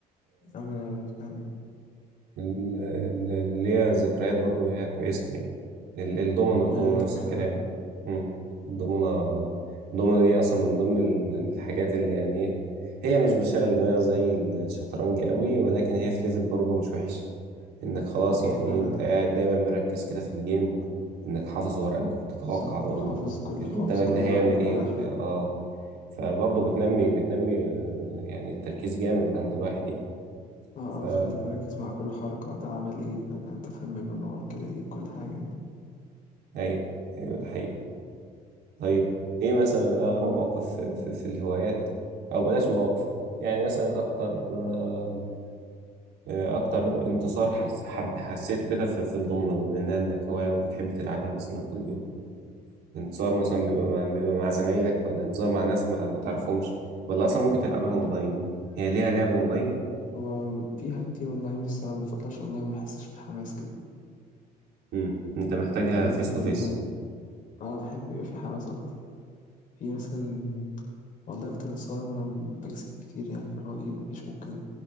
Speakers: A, on the left; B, on the right.
A: أما أنا فاهمك
B: ال- ال- اللي هي ذكريات برضو هي كويسة يعني ال- الضمنة
A: لا
B: الضمنة
A: أنا يعني كمان
B: نفس الكلام
A: أه
B: مم. الضمنة الضمنة دي أصلا من ضمن ال- الحاجات اللي يعني إيه هي مش بتشغل دماغ زي الشطرنج قوي ولكن هي في ليفل برضو مش وحش إنك خلاص
A: أه آه،
B: يعني
A: فعلا
B: إيه، أنت قاعد دايما مركز كده في الجيم إنك حافظ ورقك وبتتوقع
A: بالظبط
B: برضو
A: آه، حافظ كل
B: اللي
A: حافظ
B: قدامك
A: كل
B: ده هيعمل
A: ورق كل
B: إيه
A: واحد
B: وبتاع آه فبرضو
A: اه
B: بتنمي بتنمي آه، يعني التركيز جامد عند الواحد يعني
A: اه
B: ف
A: آه، بتخليك مركز مع كل حركة ده عمل ايه فانت فاهم منه ان هو كده ايه كل حاجة يعني.
B: أيوه أيوه ده حقيقي طيب ايه مثلا اغرب موقف في, في, في الهوايات او بلاش مواقف يعني مثلا اكتر آه، آه، اكتر انتصار حس حب حسيته كده في, في الضمنة بما انها انك هواية وبتحب تلعبها مثلا كل يوم انتصار مثلا بيبقى مع بيبقى مع زمايلك ولا انتصار مع ناس ما, ما تعرفهمش ولا اصلا ممكن تلعبها اونلاين هي ليها لعب اونلاين
A: هو فيها كتير اونلاين بس انا ما بفضلش اونلاين ما بحسش في حماس كده
B: امم انت محتاجها
A: دي
B: فيس
A: اكتر
B: تو فيس
A: اللي انا بحب يبقى في حماس اكتر في مثلا والله اكتر انتصار وانا بكسب كتير يعني فاللي هو ايه مفيش ممكن